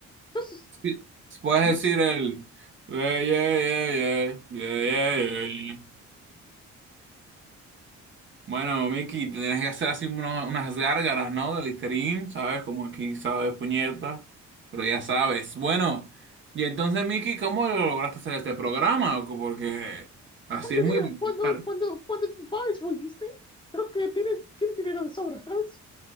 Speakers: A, on the left; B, on the right.
A: Entonces,
B: sí, Puedes
A: no
B: decir
A: sé.
B: el... Yeah, yeah, yeah, yeah, yeah, yeah, yeah, yeah. Bueno, Miki, te tienes que hacer así uno- unas gárgaras, ¿no? De Listerine, ¿sabes? Como aquí, ¿sabes? Puñeta. Pero ya sabes. Bueno, y entonces, Miki, ¿cómo lo lograste hacer este programa? Porque así
A: Porque
B: es muy
A: mira, cuando,
B: popular.
A: cuando, cuando tu papá es Walt Disney, creo que tienes, tienes dinero de sobra, ¿sabes?